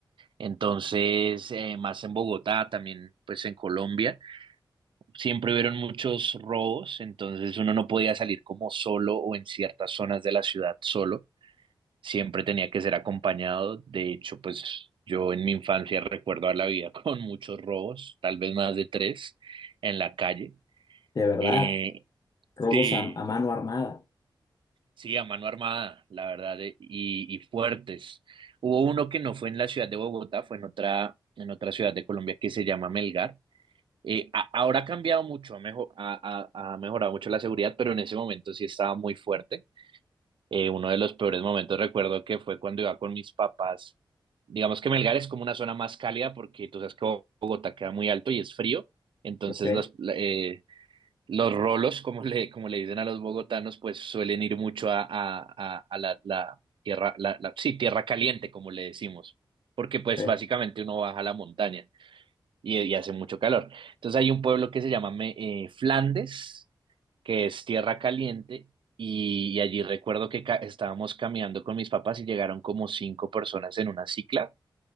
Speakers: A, on the right; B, on the left.
A: Entonces, eh, más en Bogotá, también pues en Colombia. siempre hubieron muchos robos, entonces uno no podía salir como solo o en ciertas zonas de la ciudad solo, siempre tenía que ser acompañado. De hecho, pues yo en mi infancia recuerdo a la vida <laughs> con muchos robos, tal vez más de tres en la calle.
B: de verdad.
A: Eh,
B: robos
A: sí,
B: a, a mano armada,
A: sí, a mano armada, la verdad, eh, y, y fuertes. Hubo uno que no fue en la ciudad de Bogotá, fue en otra, en otra ciudad de Colombia que se llama Melgar Eh, a- ahora ha cambiado mucho, ha, mejo- ha- ha- ha mejorado mucho la seguridad, pero en ese momento sí estaba muy fuerte. Eh, uno de los peores momentos recuerdo que fue cuando iba con mis papás. Digamos que Melgar es como una zona más cálida porque tú sabes que Bo- Bogotá queda muy alto y es frío, entonces
B: ok,
A: los, la- eh, los rolos, como <laughs> le, como le dicen a los bogotanos, pues suelen ir mucho a, a- a- a la, la tierra, la, la- sí, tierra caliente, como le decimos, porque pues
B: ok,
A: básicamente uno baja a la montaña y, y hace mucho calor. Entonces hay un pueblo que se llama Me- eh, Flandes, que es tierra caliente, y, y allí recuerdo que ca- estábamos caminando con mis papás y llegaron como cinco personas en una cicla,